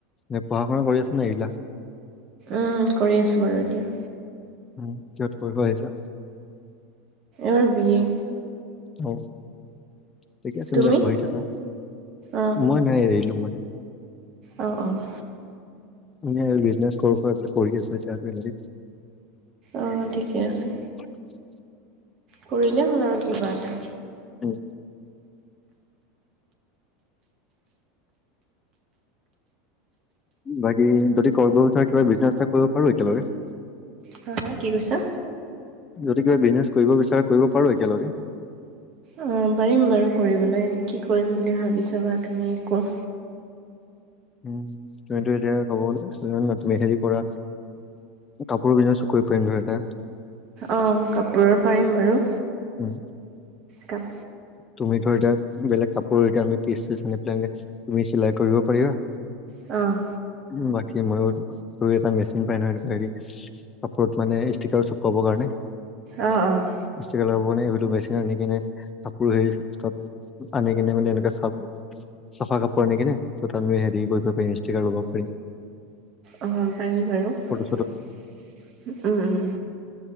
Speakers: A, on the left; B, on the right.
A: এ পঢ়া শুনা কৰি আছা নে এৰিলা?
B: উম, কৰি আছো বাৰু এতিয়া।
A: উ কিহত পঢ়িব আহিছা।
B: এবাৰ বি এ।
A: অ ঠিকে
B: তুমি
A: মানে পঢ়ি থাকা,
B: অ
A: মই নাই এৰিলো মই-
B: অ', অ'।
A: মানে বিচনেছ সৰুকৈ আছে, কৰি আছো এতিয়াতো এনেকেই।
B: অ', ঠিকে আছে।
A: <unintelligible>
B: কৰিলে হ'ল আৰু কিবা এটা।
A: উম। বাকী, যদি কৰিব বিচাৰা কিবা বিজনেছ এটা কৰিব পাৰো একেলগে।
B: হা হা, কি কৈছা?
A: যদি কিবা বিজনেছ কৰিব বিচাৰা কৰিব পাৰো একেলগে।
B: অ', পাৰিম বাৰু কৰিবলৈ, কি কৰিম বুলি ভাবিছা বা তুমি আকৌ?
A: উ, তুমিতো এতিয়া ক'ব গ'লে <unintelligible> তুমি হেৰি কৰা কাপোৰৰ বিজনেচ কৰিব পাৰিম দুই এটা।
B: অ', কাপোৰৰ পাৰিম বাৰু।
A: উম,
B: কাপ
A: তুমি ধৰ এতিয়া বেলেগ কাপোৰৰ এতিয়া আমি পিচ-চিচ আনি পেলাই তুমি চিলাই কৰিব পাৰিবা।
B: অ'।
A: উম, বাকী মইয়ো এটা মেচিন পাই নহয় এনেকোৱা হেৰি কাপোৰত মানে ইষ্টিকাৰ চিপকাবৰ কাৰণে।
B: অ', অ'।
A: ইষ্টিকাৰ লগাব কাৰণে, ইটো মেচিন আনি কিনে কাপোৰ হেৰি তাত আনি কিনে মানে এনেকা চাব চফা কাপোৰ আনি কিনে, ত' তাত আমি হেৰি কৰিব পাৰিম ষ্টিকাৰ লগাব পাৰিম।
B: অ', পাৰি বাৰু। উম,
A: ফটো
B: উম।